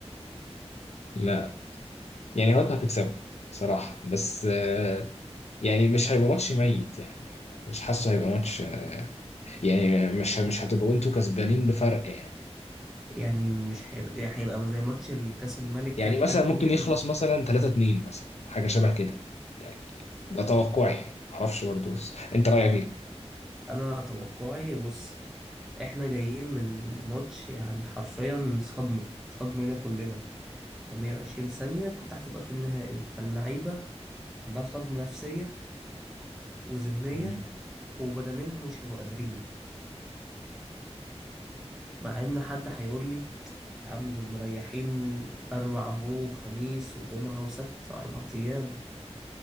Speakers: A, on the left; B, in the centre.
A: لا يعني هو أنت هتكسبه صراحة بس آه يعني مش هيبقى ماتش ميت يعني مش حاسه هيبقى ماتش يعني مش مش هتبقوا أنتوا كسبانين بفرق يعني
B: <laughs> يعني مش هيبقى يعني هيبقى زي ماتش الكاس الملك
A: يعني
B: كده بتاع
A: مثلا
B: اتنين
A: ممكن يخلص
B: ولا
A: مثلا 3 2 مثلا حاجة شبه كده يعني ده توقعي يعني معرفش برضه بس أنت رأيك
B: انا توقعي بص احنا جايين من ماتش يعني حرفيا صدمة صدمة لينا كلنا انت 120 ثانية كنت هتبقى في النهائي فاللعيبة عندها صدمة نفسية وذهنية
A: إيه؟
B: وبدنيا هم مش هيبقوا قادرين مع ان حد هيقول لي يا عم دول مريحين أربع أهو خميس وجمعة وسبت أربع أيام